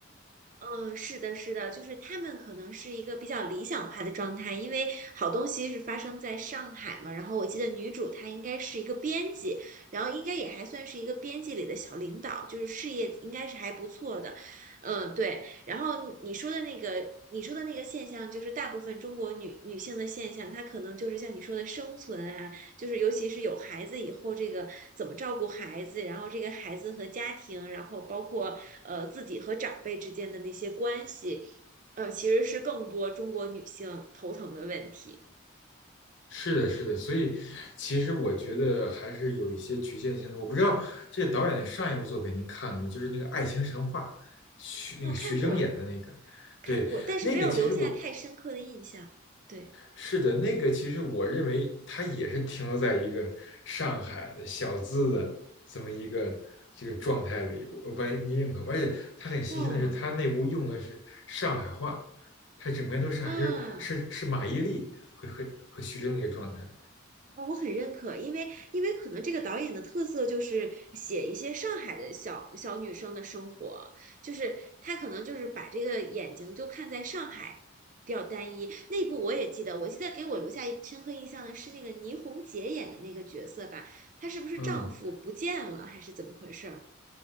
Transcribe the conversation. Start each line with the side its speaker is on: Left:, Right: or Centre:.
Right: 嗯，是的，是的，就是他们可能是一个比较理想化的状态，因为好东西是发生在上海嘛。然后我记得女主她应该是一个编辑，然后应该也还算是一个编辑里的小领导，就是事业应该是还不错的。嗯，对。然后你说的那个，你说的那个现象，就是大部分中国女女性的现象，她可能就是像你说的生存啊。就是尤其是有孩子以后，这个怎么照顾孩子，然后这个孩子和家庭，然后包括呃自己和长辈之间的那些关系，呃，其实是更多中国女性头疼的问题。
Left: 是的，是的，所以其实我觉得还是有一些局限性的。我不知道这个导演的上一部作品您看了吗？就是那个《爱情神话》，徐那个徐峥演的那个，
Right: 我、哦看过看过，
Left: 对，
Right: 但是没有留下太深刻的印象。
Left: 那个其实我
Right: 对，
Left: 是的，那个其实我认为他也是停留在一个上海的小资的这么一个这个状态里。我我不知道您认可吗？而且他很细心的是，
Right: 哦，
Left: 他那部用的是上海话，他整篇都是还是是是马伊琍和和和徐峥的一个状态，
Right: 嗯。啊，我很认可，因为因为可能这个导演的特色就是写一些上海的小小女生的生活，就是他可能就是把这个眼睛就看在上海比较单一。那部我也记得，我记得给我留下一深刻印象的是那个倪虹洁演的那个角色吧，她是不是丈夫不见了还是怎么回事儿？
Left: 嗯。